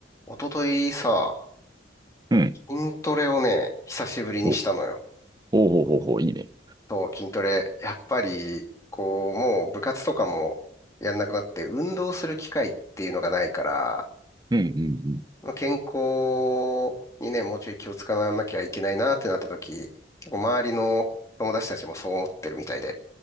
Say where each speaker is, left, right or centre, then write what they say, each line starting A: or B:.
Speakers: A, on the left; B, on the right.
A: 一昨日さ、
B: うん。
A: 筋トレをね、久しぶりにしたのよ。
B: お、おうほうほうほう、いいね。
A: そう、筋トレ。やっぱり、こう、もう部活とかもやんなくなって、運動する機会っていうのがないから、
B: うん、うん、うん。
A: まあ健康にね、もうちょい気を使わなきゃいけないなってなった時、結構周りの友達たちもそう思ってるみたいで、